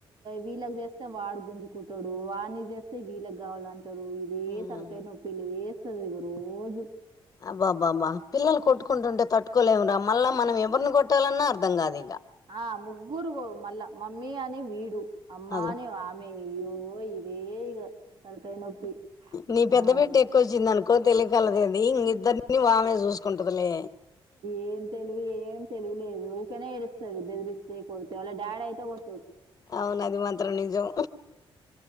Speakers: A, on the right (about 60°); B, on the left (about 40°).
A: వీళ్ళకి చేస్తే వాడు గుంజు కుంటాడు వాని చేస్తే వీళ్ళకి కావాలంటే ఇదు ఇదే
B: ఉమ్.
A: తలకయ్ నొప్పి లేస్తే ఇగ రోజు
B: అబ్బాబ్బాబ్బా పిల్లలు కొ ట్టుకుంటుంటే తట్టుకోలేము రా మల్ల మనం ఎవరిని కొట్టాలన్నా అర్థం కాదు ఇగ
A: ఆ ముగ్గురు మళ్ళా మమ్మీ అని వీడు అమ్మా
B: అగు
A: అని ఆమె అయ్యో ఇదే ఇగ తరకయ్ నొప్పి
B: నీ పెద్ద
A: ఆ
B: బిడ్డ ఎక్కువ వచ్చింది అనుకో తెలియకలదేంది ఇం ఇద్దరిని ఆమె చూసుకుంటదిలే
A: ఏం తెలివి ఏం తెలివిలేదు ఊకనే ఏడు స్తది బెదిరిస్తే <unintelligible> వాళ్ళ డాడ్ అయితే <unintelligible>
B: అవును అది మాత్రం నిజం